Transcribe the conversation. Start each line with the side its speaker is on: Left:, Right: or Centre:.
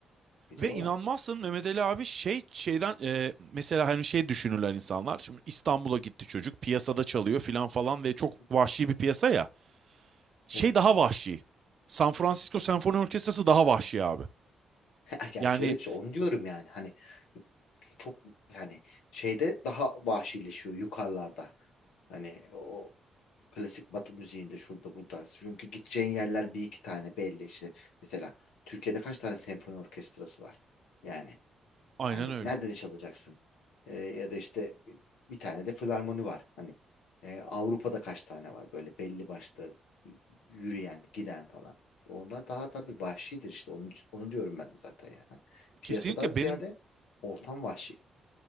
Left: Bir de
Right: ve
Left: o
Right: inanmazsın
Left: var.
Right: Mehmet Ali abi şey şeyden e, mesela hani şey düşünürler insanlar. Şimdi İstanbul'a gitti çocuk piyasada çalıyor filan falan ve çok
Left: Hı hı.
Right: vahşi bir piyasa ya. Şey
Left: Evet.
Right: daha vahşi. San Francisco Senfoni Orkestrası daha vahşi abi.
Left: <laughs> Ya Gerçi
Right: Yani
Left: evet işte onu diyorum yani hani çok yani şeyde daha vahşileşiyor yukarılarda. Hani o klasik Batı müziğinde şurada burada. Çünkü gideceğin yerler bir iki tane belli işte. Mesela Türkiye'de kaç tane senfoni orkestrası var? Yani
Right: aynen
Left: yani
Right: öyle.
Left: nerede çalacaksın? Ee, ya da işte bir bir tane de filarmoni var. Hani e, Avrupa'da kaç tane var böyle belli başlı y- yürüyen, giden falan. Onlar daha tabii vahşidir işte. Onu, onu diyorum ben de zaten yani. Hani Piyasadan
Right: Kesinlikle
Left: ziyade
Right: benim
Left: ortam vahşi.